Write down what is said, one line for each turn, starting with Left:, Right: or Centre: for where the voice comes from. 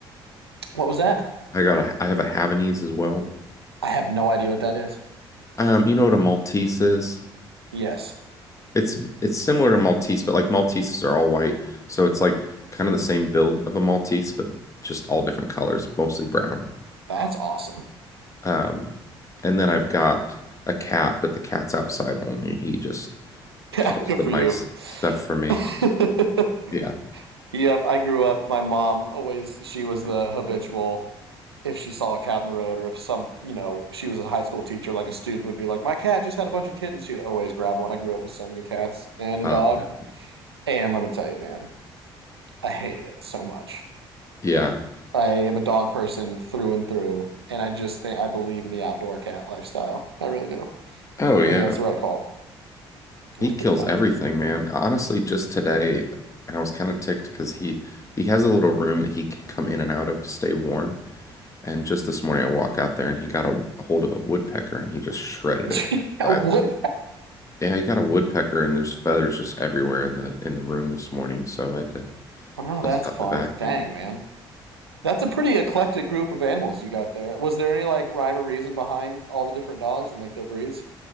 Right: What was that?
Left: I got a, I have a Havanese as well.
Right: I have no idea what that is.
Left: Um, you know what a Maltese is?
Right: Yes,
Left: It's it's similar to Maltese, but like Malteses are all white, so it's like kind of the same build of a Maltese, but just all different colors, mostly brown.
Right: that's awesome. <laughs>
Left: Um, and then I've got a cat, but the cat's outside only. He just
Right: Yeah,
Left: kills
Right: good
Left: the
Right: for
Left: mice
Right: you.
Left: stuff for me.
Right: <laughs>
Left: Yeah.
Right: Yep, I grew up. My mom always, she was the habitual if she saw a cat in the road or if some, you know, she was a high school teacher, like a student would be like, My cat just had a bunch of kittens. She would always grab one. I grew up with so many cats and a
Left: Oh
Right: dog.
Left: no.
Right: And let me tell you, man, I hated it so much.
Left: Yeah.
Right: I am a dog person through and through. And I just think I believe in the outdoor cat lifestyle. I really do.
Left: Oh yeah.
Right: I think that's the right call.
Left: He
Right: That's
Left: kills
Right: pretty funny.
Left: everything, man. Honestly, just today, and I was kind of ticked because he he has a little room that he can come in and out of to stay warm. And just this morning, I walk out there and he got a hold of a woodpecker and he just shredded
Right: <laughs>
Left: it. I,
Right: what?
Left: yeah, he got a woodpecker and there's feathers just everywhere in the in the room this morning, so I had to
Right: Oh, no,
Left: bust
Right: that's
Left: out
Right: fun.
Left: the vacuum.
Right: Dang, man. That's a pretty eclectic group of animals you got there. Was there any like rhyme or reason behind all the different dogs and like their breeds?